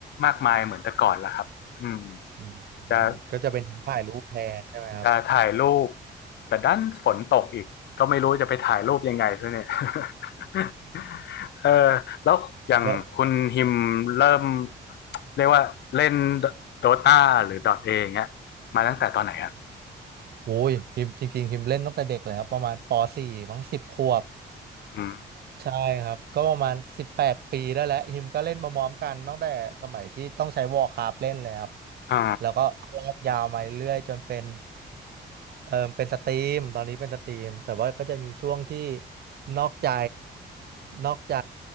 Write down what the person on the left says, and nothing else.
มากมายเหมือนแต่ก่อนแล้วครับอืม
จะ
จะถ่ายรูปแต่ด้านฝนตกอีกก็ไม่รู้จะไปถ่ายรูปยังไงซะเนี่ย <laughs> เออแล้วอย่างคุณฮิมเริ่ม
เรียกว่าเล่นโดตาหรือดอทเอย่างเงี้ยมาตั้งแต่ตอนไหนครับ
อืม
อ่า